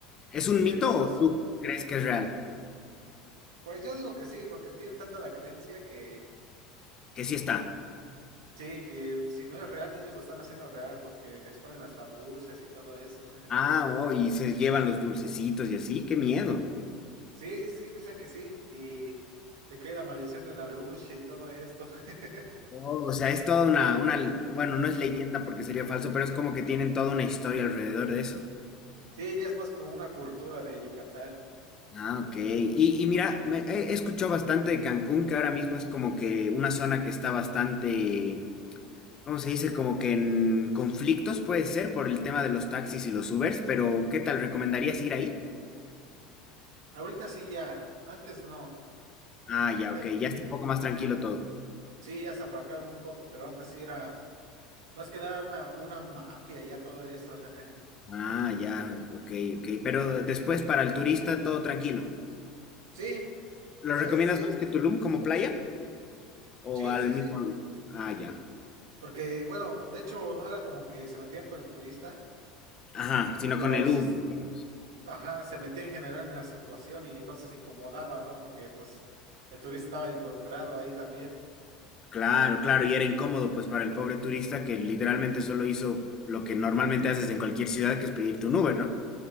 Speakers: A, on the left; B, on the right.
A: ¿Es un
B: tienen
A: mito
B: tanto
A: o
B: su...
A: tú crees que es real?
B: Pues yo digo que sí, porque tienen tanta la creencia que
A: Que sí está.
B: sí, que si no es real, ellos lo están haciendo real porque les ponen hasta dulces y todo eso. <laughs>
A: Ah, oh, y se llevan los dulcecitos y así, qué miedo.
B: Sí, sí, dicen que sí. Y te cae la maldición de la lucha y todo esto. <laughs>
A: Oh, o sea, es toda una, una, bueno, no es leyenda porque sería falso, pero es como que tienen toda una historia alrededor de eso.
B: Sí, ya es más como una cultura de Yucatán.
A: Ah, ok. Y, y mira, me- he he escuchado bastante de Cancún, que ahora mismo es como que una zona que está bastante, ¿cómo se dice? Como que en conflictos puede ser por el tema de los taxis y los Ubers, pero ¿qué tal? ¿Recomendarías ir ahí?
B: Ahorita sí ya, antes no.
A: Ah, ya,
B: Ahorita
A: ok, ya está un poco más tranquilo todo.
B: Sí, ya se aplacaron un poco, pero antes sí era más que nada una, una mafia y ya todo eso. <laughs>
A: Ah, ya, ok, ok. Pero después para el turista todo tranquilo.
B: Sí,
A: ¿Lo
B: eh,
A: recomiendas
B: sí,
A: más que Tulum como playa? ¿O
B: sí,
A: al
B: sí,
A: mismo?
B: sí.
A: lu- Ah, ya.
B: Porque, bueno, de hecho no era como que se metían con el turista,
A: Ajá, sino
B: pero
A: con el
B: sí,
A: Uber.
B: s-
A: digamos.
B: ajá, se metían en general en la situación y entonces incomodaba, ¿no? Porque pues el turista estaba involucrado ahí también.
A: Claro, claro, y era incómodo pues para el pobre turista que literalmente solo hizo lo que normalmente haces en cualquier ciudad, que es pedirte un Uber, ¿no?